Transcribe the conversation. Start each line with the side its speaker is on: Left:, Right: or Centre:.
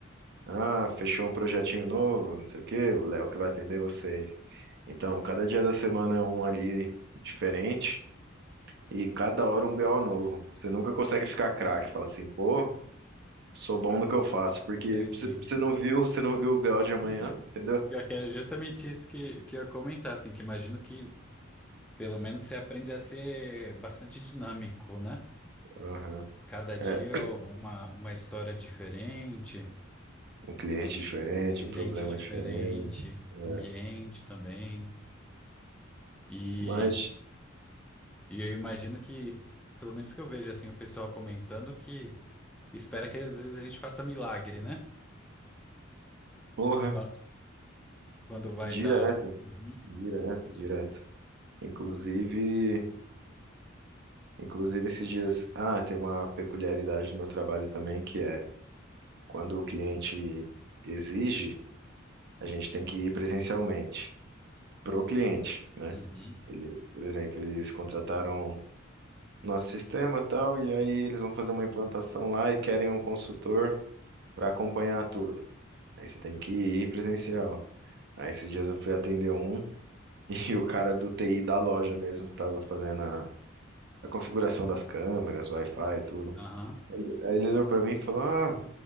Right: Ah, fechou um projetinho novo, não sei o quê, o Léo que vai atender vocês. Então, cada dia da semana é um ali diferente e cada hora um BO novo. Você nunca consegue ficar craque,
Centre: É.
Right: fala assim, pô, sou bom
Centre: Hum,
Right: no que eu faço, porque
Centre: Entendi.
Right: você você não viu, você não viu o BO de amanhã,
Centre: <laughs>
Right: entendeu?
Centre: Pior que era justamente isso que, que eu ia comentar, assim, que imagino que pelo menos você aprende a ser bastante dinâmico, né?
Right: Aham.
Centre: Cada dia
Right: É,
Centre: uma, uma história diferente,
Right: um cliente diferente,
Centre: um cliente
Right: um problema
Centre: diferente,
Right: diferente. É.
Centre: ambiente também. E,
Right: Mas
Centre: e eu imagino que, pelo menos que eu vejo, assim, o pessoal comentando que espera que às vezes a gente faça milagre, né?
Right: Porra,
Centre: Qua- Quando vai
Right: direto,
Centre: dar. Uhum,
Right: direto, direto. Inclusive, inclusive esses dias, ah, tem uma peculiaridade do meu trabalho também que é quando o cliente exige, a gente tem que ir presencialmente pro cliente, né?
Centre: uhum,
Right: Ele, por exemplo, eles contrataram nosso sistema tal e aí eles vão fazer uma implantação lá e querem um consultor para acompanhar tudo. Aí você tem que ir presencial. Aí esses dias eu fui atender um <laughs> E o cara do TI da loja mesmo, que tava fazendo a configuração das câmeras, Wi-Fi, e tudo.
Centre: aham.
Right: Aí ele olhou pra mim e falou: Ah,